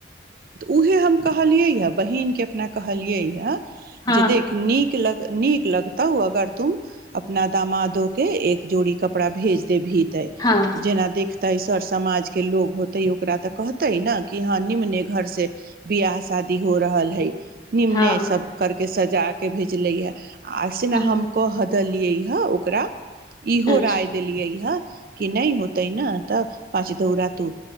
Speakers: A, on the right (about 50°); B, on the left (about 20°).
A: उहे हम कहलिए या बहिन के जेना कहलिय या
B: हँ
A: देख नीक लगत नीक लगतौ अगर तुम अपना दामाद दोक एक जोड़ी कपड़ा कपड़ा भेज देबहिंन
B: हँ
A: जेना देख तेय सर समाजके लोग हेतय ओकरा तऽ कहतै ने कि हँ निम्ने घर से बआाह शादी हो रहल हइ निम्ने
B: हँ
A: सब करके सजा के भेजले या आसन
B: हँ
A: हम कह ह दलियै ह ओ ओकरा इहो
B: अच्छा
A: राय देलियै हे कि नहि होते न तऽ पाँच दो रातू